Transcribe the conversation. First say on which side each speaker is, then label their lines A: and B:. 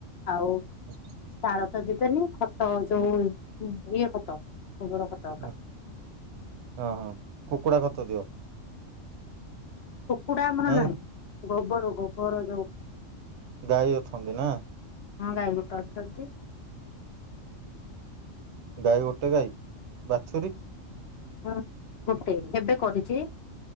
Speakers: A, on the left; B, on the right.
A: ଆଉ
B: ହୁଁ,
A: ସାର ତ ଦେବେନି ଖତ ଯୋଉ ଇଏ ଖତ ଗୋବର ଖତ ହକା
B: ହ ଓହୋ କୁକୁଡ଼ା ଖତ ଦିଅ।
A: କୁକୁଡା ଆମର
B: ନାଇଁ
A: ନାହିଁ। ଗୋବର ଗୋବର ଯୋଉ
B: ଗାଈ ଅଛନ୍ତି ନା।
A: ହଁ ଗାଈ ଗୋଟେ ଅଛନ୍ତି। <inaudible>
B: ଗାଈ ଗୋଟେ ଗାଈ ବାଛୁରୀ।
A: ହଁ ଗୋଟେ ଏବେ କରିଚି।